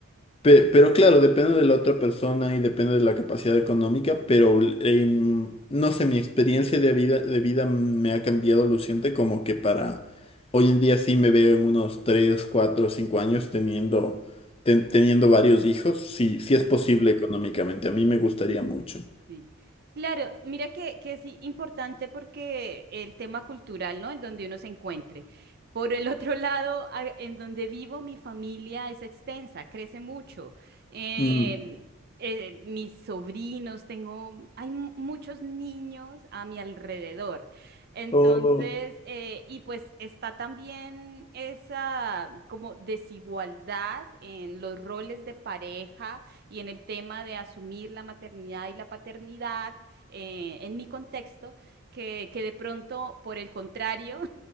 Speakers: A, on the left; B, on the right.
A: pe- pero claro, depende de la otra persona y depende de la capacidad económica, pero em, no sé, mi experiencia de vida, de vida me ha cambiado luciente como que para hoy en día sí me veo en unos 3 4 5 años teniendo, ten- teniendo varios hijos, si si
B: Ujú.
A: es posible económicamente, a mí me gustaría mucho.
B: Sí. Claro, mira que, que sí, importante porque el tema cultural, ¿no? En donde uno se encuentre. Por el otro <laughs> lado, a- en donde vivo, mi familia es extensa, crece mucho. Em,
A: Mm.
B: eh, mis sobrinos, tengo, hay mu- muchos niños a mi alrededor. Entonces,
A: Oh,
B: eh, y pues está también esa como desigualdad en los roles de pareja y en el tema de asumir la maternidad y la paternidad eh, en mi contexto, que, que de pronto, por el contrario,